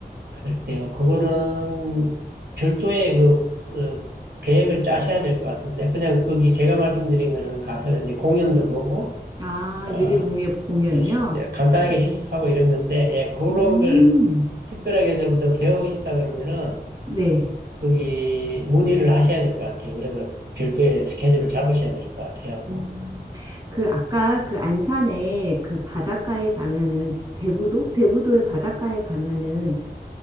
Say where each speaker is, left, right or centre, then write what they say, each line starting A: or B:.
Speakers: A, on the right; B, on the right.
A: 글쎄요, 그거는 별도의 그, 어, 계획을 짜셔야 될 것 같은데, 그냥 거기 제가 말씀드린 거는 가서 이제 공연도 보고,
B: 아,
A: 어,
B: 유리공예 공연이요?
A: 뭐 시- 간단하게 실습하고 이런 건데, 예, 그런
B: 음.
A: 걸 특별하게 좀 더 배우고 싶다 그러면은,
B: 네.
A: 거기 문의를 하셔야 될 것 같아요. 그래서 별도의 스케줄을 잡으셔야 될 것 같아요.
B: 음, 그 아까 그 안산에 그 바닷가에 가면은 대부도? 대부도의 바닷가에 가면은